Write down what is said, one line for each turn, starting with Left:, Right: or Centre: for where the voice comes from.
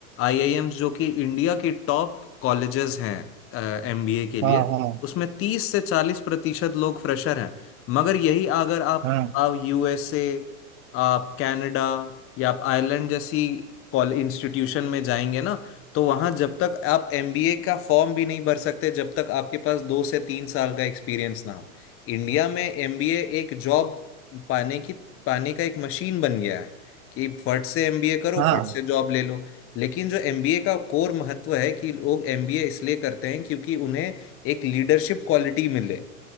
Left: आईआईएम्स जो कि इंडिया की टॉप कॉलेजेस हैं एमबीए के लिए
Right: हाँ हाँ
Left: उसमें तीस से चालीस प्रतिशत लोग फ्रेशर हैं मगर यही अगर आप
Right: हाँ
Left: आप यूएसए आप कनाडा या आप आयरलैंड जैसी कॉल इंस्टीट्यूशन में जाएंगे ना तो वहाँ जब तक आप एमबीए का फॉर्म भी नहीं भर सकते जब तक आपके पास दो से तीन साल का एक्सपीरियंस ना हो इंडिया में एमबीए एक जॉब पाने की पाने का एक मशीन बन गया है कि फट से एमबीए करो
Right: हाँ
Left: फट से जॉब ले लो लेकिन जो एमबीए का कोर महत्व है कि लोग एमबीए इसलिए करते हैं क्योंकि उन्हें एक लीडरशिप क्वालिटी मिले